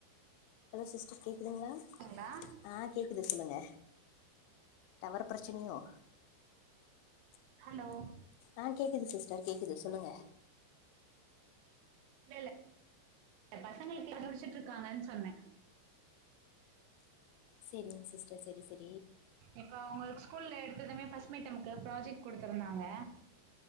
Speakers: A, on the left; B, on the right.
A: சிஸ்டர் கேக்குதுங்ளா
B: ங்ளா
A: ஆ கேக்குது சொல்லுங்க டவர் பிரச்சனையோ
B: ஹலோ
A: ஆ கேக்குது சிஸ்டர் கேக்குது சொல்லுங்க
B: இல்லல்ல பசங்களுக்கு முடிச்சிட்டு இருக்காங்கன் சொன்னே
A: சேரிங்க சிஸ்டர் செரி செரி
B: இப்ப அவங்களுக் ஸ்கூல்ல எடுத்ததுமே ஃபஸ்ட் மிட்டம்க்கு ப்ராஜெக்ட் குடுத்திருந்தாங்க